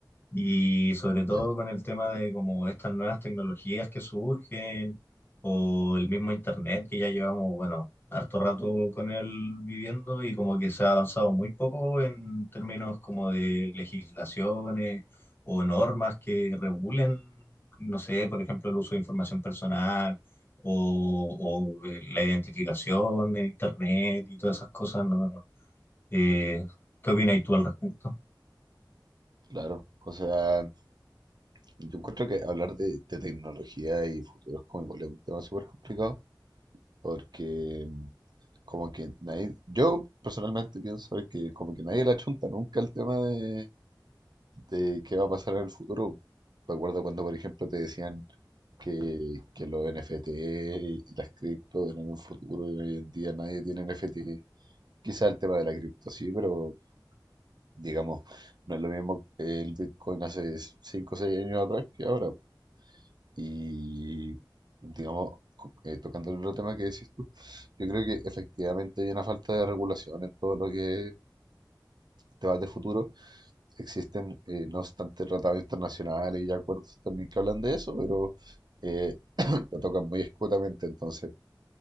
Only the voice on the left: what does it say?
Y sobre todo
con el tema de como estas nuevas tecnologías que surgen o el mismo internet que ya llevamos, bueno, harto rato con él viviendo y como que se ha avanzado muy poco en términos como de legislaciones o normas que regulen, no sé, por ejemplo, el uso de información personal o, o eh, la identificación de internet y todas esas cosas, ¿no? Eh, ¿qué opinas tú al respecto?